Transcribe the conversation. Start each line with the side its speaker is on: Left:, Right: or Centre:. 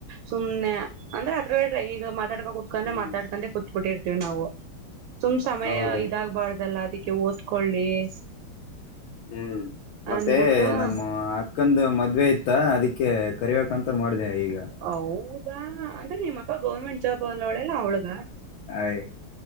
Right: ಸುಮ್ನೆ ಅಂದ್ರೆ ಅದ್ರ ಈಗ ಮಾತಾಡ್ಕ ಕುತ್ಕೊಂಡ
Left: ಹ್ಮ್
Right: ಮಾತಾಡ್ಕೊಂಡೆ ಕುತ್ ಕೂತ್ಬಿಟ್ಟಿರ್ತೀವಿ ನಾವು ತುಂಬ ಸಮಯ
Left: ಹೌದು
Right: ಇದಾಗಬಾರ್ದಲ್ಲ ಅದಿಕ್ಕೆ ಓದ್ಕೊಳ್ಳಿ <unintelligible>
Left: ಹ್ಮ್ ಮತ್ತೆ
Right: ಅನ್ಬಿಟ್ಟು
Left: ನಮ್ಮ ಅಕ್ಕಂದು ಮದ್ವೆ ಇತ್ತು ಅದಕ್ಕೆ ಕರಿಬೇಕಂತ ಮಾಡಿದೆ ಈಗ
Right: ಹೌದ ಅಂದ್ರೆ ನಿಮ್ಮ ಅಕ್ಕ ಗೌರ್ಮೆಂಟ್ ಜಾಬ್ ಅಲ್ಲ ಅವಳೆಲ್ಲ ಅವ್ಳಗ
Left: ಆಯ್